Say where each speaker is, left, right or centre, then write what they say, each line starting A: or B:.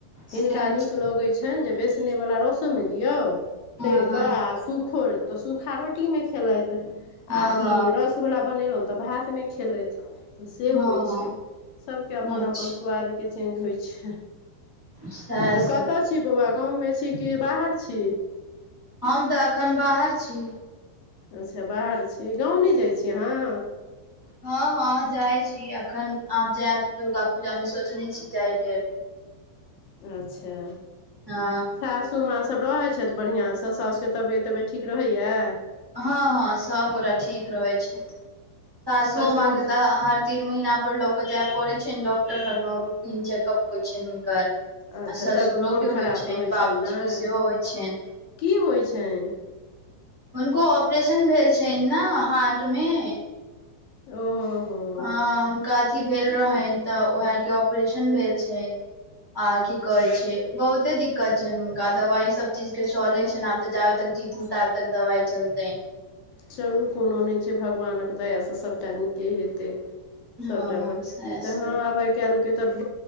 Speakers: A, on the right; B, on the left.
A: सएह
B: हिनका नीक
A: सब।
B: लगैत छनि जे बेसनेवला रसोमे दियौ
A: हँ
B: तर
A: हँ
B: कऽ आ सूखो तऽ सूखा रोटीमे खेलत आओर
A: हँ हँ
B: ई रस वला बनेलहुँं तब भात ने खेलैत तऽ से
A: हँ
B: होइ छै सभके
A: हँ
B: अपन
A: अच्छा
B: अपन स्वादके चेंज होइ छै
A: सएह
B: तऽ
A: सभ
B: कतय छी बौआ गाँवमे छी कि बाहर छी
A: हम तऽ अखन बाहर छी
B: अच्छा, बाहर छी, गाँव नहि जाइ छी अहाँ?
A: हँ हँ, जाइ छी। अखन आब जायब, दुर्गापूजामे सोचने छी जाय लेल।
B: अच्छा
A: हँ
B: सासु माँ सब रहै छथि बढ़िआँसँ, सासुके तबियत ठीक रहै छियै?
A: हँ हँ, सभगोटा ठीक रहैत छथि, सासू
B: ससुर
A: माँके
B: छै
A: तऽ हर तीन महीना पर लऽ कऽ जाय पड़ै छै ने डॉक्टर लगमे, रूटीन चेकअप लेल। होइ छनि हुनकर
B: अच्छा
A: आ ससुरोके
B: तब मोन खराब
A: होइ छनि,
B: रहै
A: बाबूजीके
B: ने
A: सेहो होइ छनि।
B: की होइत छनि?
A: हुनको हार्टमे ऑपरेशन भेल छनि ने?
B: ओ हो ओ।
A: हँ, हुनका अथी भेल रहनि तऽ उएहके ऑपरेशन भेल छनि। आर की कहै छै, बहुते दिक्कत छनि हुनका, दवाई सब चीजके चलै छनि आब। तऽ जाबत तक जीथिन, ताबत तक दवाई चलतै।
B: चलू, कोनो नहि छै, भगवानक दया सँ सभटा नीके हेतै। सभटा
A: हँ
B: बढ़िआँ
A: सएह
B: तऽ
A: सब
B: हँ। काल्हिके तऽ